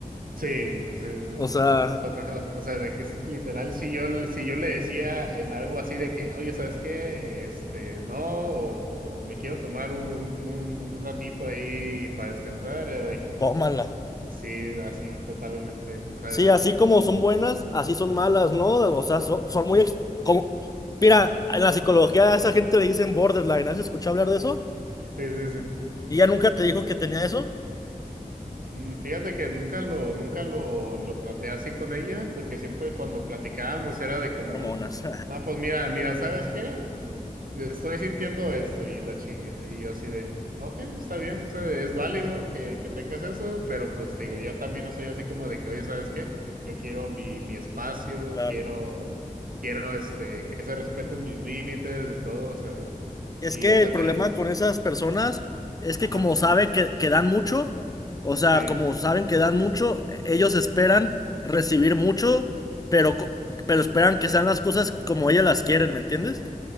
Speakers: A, on the right (about 70°); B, on the left (about 25°).
A: sí, sí, sí,
B: O sea,
A: sí, no total- o sea, o sea, de que es literal, si yo, si yo le decía en algo así de que, oye, ¿sabes qué? Este, no, o, o me quiero tomar un, un, un ratito ahí para descansar, era de que,
B: tómala.
A: sí, así totalmente, o sea,
B: Sí, así como
A: su-
B: son buenas, así son malas, ¿no? O sea, so- son, muy... ex- Como... Mira, en la psicología a esa gente le dicen borderline. ¿Has escuchado hablar de eso?
A: sí, sí, sí.
B: ¿Y ya nunca te dijo que tenía eso?
A: Mm, Fíjate que nunca lo, nunca lo, lo traté así con ella, porque siempre cuando platicábamos era de como,
B: Hormonas,
A: no, pues mira, mira, ¿sabes qué? Estoy sintiendo esto y la chinga. Y yo así de, ok, está bien, o sea, es válido que, que tengas eso, pero pues digo, yo también no soy así como de que, oye, ¿sabes qué? Yo quiero mi, mi espacio,
B: <laughs>
A: quiero,
B: claro.
A: quiero este, que se respeten mis límites y todo, o sea,
B: Es
A: y
B: que
A: o sea,
B: el problema
A: te lo,
B: con esas personas es que
A: ajá,
B: como sabe que, que dan mucho, o sea,
A: sí,
B: como saben que dan mucho, ellos esperan recibir mucho, pero, co- pero esperan que sean las cosas como ellas las quieren, ¿me entiendes?